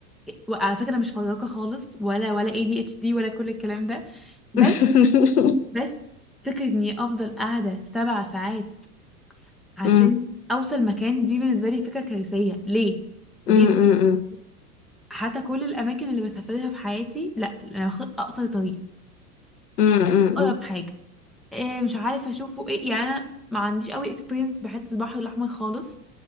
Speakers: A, in the centre; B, on the left (about 75°).
A: وعلى فكره انا مش فراقه خالص ولا ولا اي دي اتش دي ولا كل الكلام ده بس
B: <laughs>
A: بس فكره اني افضل قاعده سبع ساعات عشان
B: أمم.
A: اوصل مكان دي بالنسبه لي فكره كارثيه ليه ليه
B: أمم. أمم.
A: حتى كل الاماكن اللي بسافرها في حياتي لا انا باخد اقصر طريق
B: أمم. أمم.
A: اقرب حاجه إيه مش عارفه اشوفه ايه يعني انا ما عنديش قوي اكسبيرينس بحته البحر الاحمر خالص